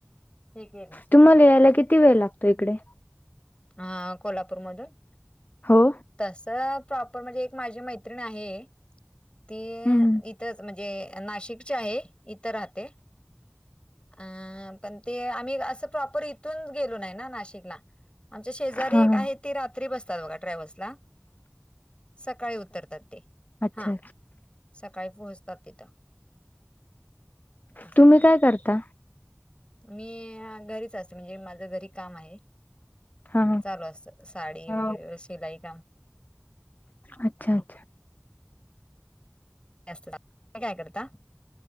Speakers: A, on the left; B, on the left.
A: हे केलं
B: तुम्हाला यायला किती वेळ लागतो इकडे?
A: हा कोल्हापूरमधून?
B: हो.
A: तस प्रॉपर म्हणजे एक माझी मैत्रिण आहे ते
B: हम्म
A: इथच म्हणजे नाशिकची आहे इथं राहते अ पण ते आम्ही असं प्रॉपर इथूनच गेलो नाही ना नाशिकला. आमच्या शेजारी
B: हा
A: एक
B: हा
A: आहे ते रात्री बसतात बघा ट्रॅव्हल्सला सकाळी उतरतात ते
B: अच्छा
A: हां. सकाळी पोहोचतात तिथं असं
B: तुम्ही
A: करतात.
B: काय करता?
A: मी घरीच असते म्हणजे माझं घरी काम आहे.
B: हा
A: चालू असं साडी
B: हा.
A: वगैरे शिलाई काम.
B: अच्छा अच्छा.
A: <unintelligible> तुम्ही काय करता?